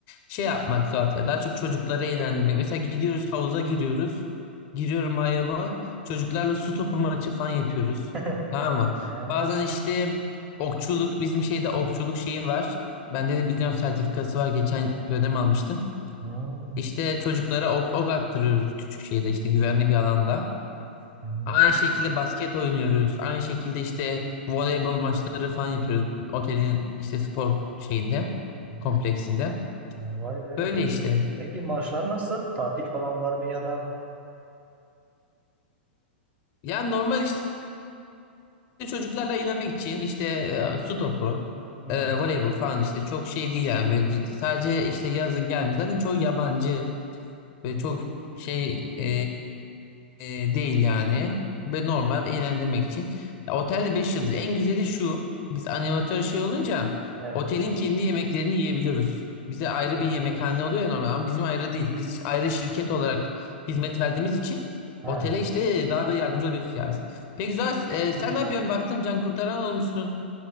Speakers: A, on the left; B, on the right.
A: şey yapmak Suat ya daha çok çocukları eğlendirmek. Mesela gidiyoruz havuza giriyoruz. Giriyorum mayomu. Çocuklarla su topu maçı falan yapıyoruz.
B: <laughs>
A: Tamam mı?
B: he,
A: Bazen işte okçuluk bizim şeyde okçuluk şeyi var. Bende de biliyorum sertifikası var. Geçen dönem almıştım.
B: hı,
A: İşte çocuklara ok, ok attırıyoruz küçük şeyde işte güvenli bir alanda.
B: hı,
A: Aynı şekilde basket oynuyoruz. Aynı şekilde işte voleybol maçları falan yapıyoruz. Otelin işte spor şeyinde,
B: hı.
A: kompleksinde.
B: Ha, Vay be.
A: Böyle
B: Peki,
A: işte.
B: peki maaşlar nasıl? Tatil falan var mı ya da?
A: Yani normal işte çocuklarla eğlenmek için işte e, su topu,
B: Hı,
A: e, voleybol falan işte çok şey değil yani böyle ciddi. Sadece işte yazın gelmiş. Zaten çoğu yabancı
B: hı,
A: ve çok şey e, E, değil yani. Ve normal eğlendirmek için. Ya, otelde 5 yıldız. En güzeli şu. Biz animatör şey olunca
B: evet.
A: otelin kendi yemeklerini yiyebiliyoruz. Bize ayrı
B: O,
A: bir yemekhane oluyor ya normal ama bizim ayrı değil. Biz ayrı şirket olarak hizmet verdiğimiz için
B: şey.
A: otele işte daha böyle yardımcı olabiliriz yani. Peki güzel. e, sen
B: Hı.
A: ne yapıyorsun? Baktım can kurtaran olmuşsun